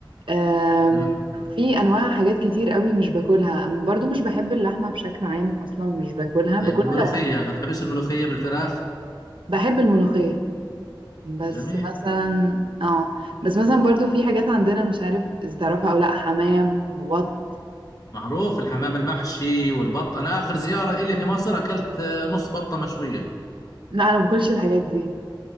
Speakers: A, on the right; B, on the left.
A: آم،
B: مم.
A: في انواع حاجات كتير قوي مش باكلها أم- برضو مش بحب اللحمة بشكل عام اصلا مش باكلها
B: طيب
A: باكلها
B: الملوخية
A: لو
B: ما تحبش الملوخية بالفراخ
A: بحب الملوخية بس
B: جميل
A: مثلا اه بس مثلا برضو في حاجات عندنا مش عارف اذا تعرفها او لا حمام وبط
B: معروف الحمام المحشي والبط أنا آخر زيارة إلي في مصر أكلت آه، نص بطة مشوية
A: لا انا ما باكلش الحاجات دي